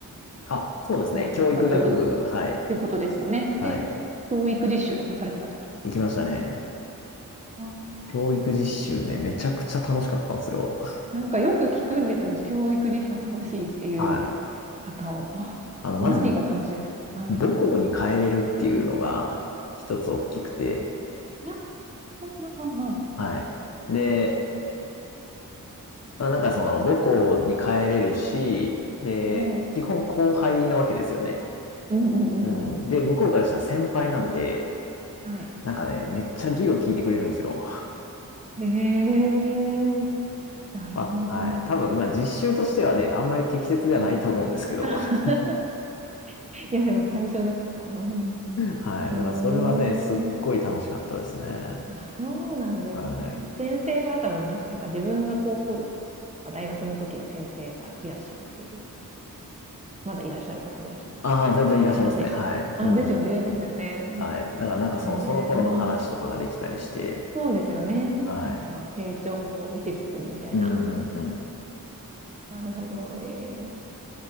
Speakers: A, on the left (about 50°); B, on the right (about 20°).
A: あ、そうですね。
B: うん学部ってことですよね。
A: 教育学部、はい。はい。
B: で、教育実習とかもされてたってことですよね。
A: 行きましたね。
B: あー
A: 教育実習ね、めちゃくちゃ楽しかったんですよ。
B: なんかよく聞くんですよ。教育実習は楽しいっていう
A: はい。
B: 方を。あ、
A: あの、
B: 何が楽しいですかはい。
A: まず、母校に帰れるっていうのが一つ大きくて、
B: あうん
A: はい。で、まあ、なんかその母校に帰れるし、で、
B: うんうんうんはい。
A: 基本後輩なわけですよね。
B: うんうんうんうん。
A: うん。で、向こうからしたら先輩なんで、
B: はい。
A: なんかね、めっちゃ授業聞いてくれるんですよ。
B: へえ、
A: <laughs>
B: なるほど。
A: まあ、はい。多分、まあ実習としてはね、あんまり適切ではないと思うんですけど。
B: はい。<laughs>
A: <laughs>
B: いや、でも最初ですな。うん。
A: はい。
B: へえ。
A: だからそれはね、すっごい楽しかったですね。
B: あ、そうなんですね。
A: はい。
B: 先生方もなんか、だから自分が高校、大学の時の先生がいらっしゃるっていう、まだいらっしゃる方もいらっしゃる
A: ああ、全然いらっしゃいますね。
B: 感じでした。
A: はい。
B: あ、
A: うん。
B: ですよね、
A: うん
B: ですよね。
A: はい。だからなんかその、
B: ええ
A: その頃の話とかができたりして、
B: そうですよね。
A: はい。
B: なんか成長も見せつつみたいな。
A: うんうんうん。
B: なるほど。え